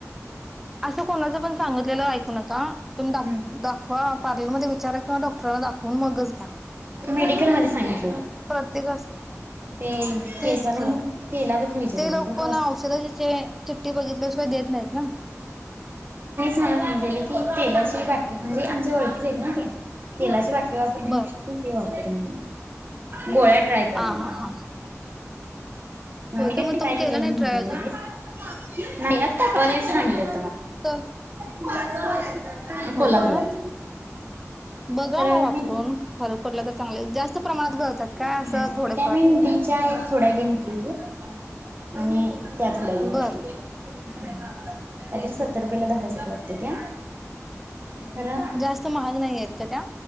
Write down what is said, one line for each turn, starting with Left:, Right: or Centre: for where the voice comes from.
Centre: असं कोणाचं पण सांगितलेलं ऐकू नका तुम्ही
Right: हम्म
Centre: दाखवा पार्लर मध्ये विचारा किंवा डॉक्टरला दाखवून मगच घ्या
Right: मेडिकलमध्ये सांगित ण
Centre: प्रत्येकाच
Right: केसाला
Centre: तेच की
Right: म तेलाबद्दल विचारलनीच
Centre: ते लोक पण औषधाची चिठ्ठी बघितल्याशिवाय देत नाहीत ना
Right: मला म्हटले की तेला म्हणजे आमच्या वळ ते तेलाची बॉटल
Centre: बर
Right: <unintelligible> ह गोळ्या ट्राय करना
Centre: हा हा हा
Right: का
Centre: होय मग
Right: ट्राय
Centre: तुम्ही
Right: केले
Centre: केला
Right: नाही
Centre: ट्राय
Right: त्या
Centre: अजून
Right: लेच आ नाही
Centre: तर
Right: <inaudible> हो कोल्हापुरात
Centre: होय का बघा
Right: खर
Centre: मग वापरून
Right: म
Centre: फरक पडला तर चांगले जास्त प्रमाणात गळतात काय
Right: विटॅमिन
Centre: असं थोडेफार
Right: डीच्या एक थोड्या घेतला होत आणि त्या थोड्या घेऊन
Centre: बर
Right: शल काय तरी सत्तर रुपयाला दहा सुत वाटत्यात्या. खर <inaudible>
Centre: जास्त महाग नाही आहेत का त्या